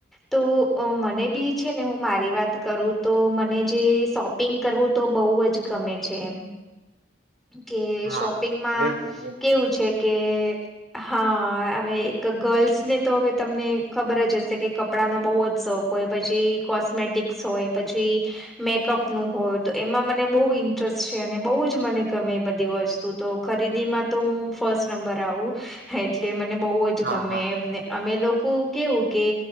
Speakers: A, in the centre; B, on the right.
A: તો મને બી છે ને હું મારી વાત કરું તો મને જે શોપ પિંગ કરવું તો બહુ જ ગમે છે એમ કે
B: હા
A: શોપિંગમાં
B: બિલકુલ
A: કેવું છે કે હા અને એક ગર્લ્સને તો હવે તમને ખબર જ હશે કે કપડાંનો બહુ જ શોખ કોય પછી કોસ્મેટિક્સ હોય પછી મેકઅપ નું હોય તો એમાં મને બહુ ઇન્ટરેસ્ટ છે અને બઉ જ મને ગમે બધી વસ્તુ તો ખરીદીમાં તો હું ફર્સ્ટ નંબર આવું એટલે મને બહુ જ
B: હા
A: ગમે
B: હા
A: એમને અમે લોકો કેવું કે